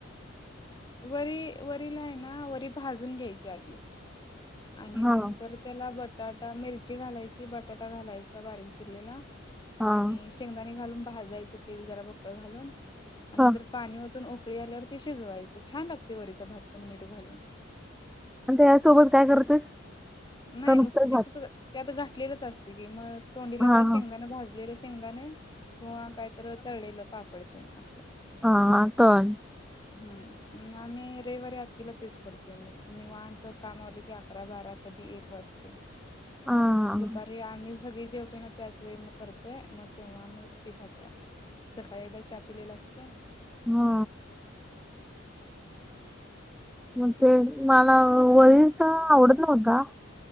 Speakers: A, on the left (about 20°); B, in the centre.
A: वरी वरीला आहे ना भाजून घ्यायची आधी आणि
B: हां,
A: नंतर त्याला बट बटाटा मिरची घालायची, बटाटा घालायचा बारीक चिरलेला,
B: हां,
A: आणि शेंगदाणे घालून, भाजायचं तेल जरा बकळ घालून, नंतर
B: हां.
A: पाणी ओतून उकळी आल्यावर ते शिजवायचं, छान लागत. वरीचा भात पण मीठ घालून,
B: आणि त्या यासोबत काय करतेस
A: नाही
B: का
A: नुसतं
B: भात?
A: तिथे तर त्यात घातलेलेच असते की मग, तोंडीला
B: हां,
A: काही
B: हां,
A: शेंगदाना भाजले. चंगदाने किंवा कायतरी तळलेल पाप पडतेन असं
B: हा तण
A: हम आम्ही रविवारी आतिला तेच करतोय, मग निवांत काम आवरले की अकरा बारा कधी एक वाजते
B: हां, हां,
A: दुपारी आम्हीच सगळी जेवतोय ना त्याच वेळी मग करतोय, मग तेव्हा मग ती खात्या, सकाळी एकदा चहा पिलेला असते.
B: हा मग ते मला वरच तर आवडत नव्हता